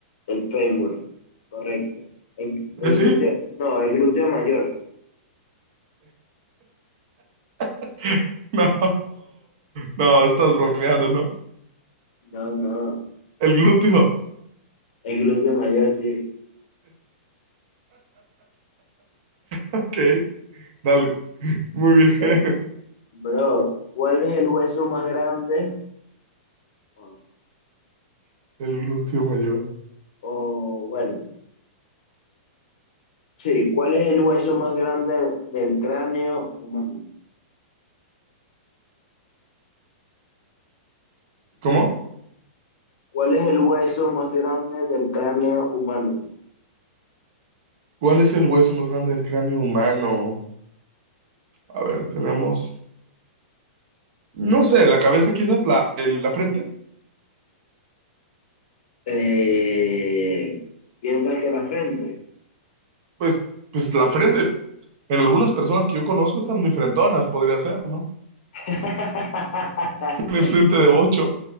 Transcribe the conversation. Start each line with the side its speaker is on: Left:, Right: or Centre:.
Left: el fémur, correcto. El, el
Right: ¿Eh, sí?
Left: glúteo, no, el glúteo mayor.
Right: <laughs> No, no, estás bromeando, ¿no?
Left: No, no,
Right: El glúteo.
Left: el glúteo mayor, sí.
Right: Ok, dale. Muy
Left: Eh,
Right: bien.
Left: bro, ¿cuál es el hueso más grande? O
Right: <laughs> El glúteo mayor.
Left: o, bueno, sí, ¿cuál es el hueso más grande del cráneo humano?
Right: ¿Cómo?
Left: ¿Cuál es el hueso más grande del cráneo humano?
Right: ¿Cuál es el hueso más grande del cráneo humano? A ver, tenemos... No sé, la cabeza quizás, la, el- la frente,
Left: Eh, ¿piensas que la frente?
Right: pues, pues la frente, en algunas personas que yo conozco están muy frentonas, podría ser, ¿no?
Left: <laughs>
Right: <laughs> De frente de bocho,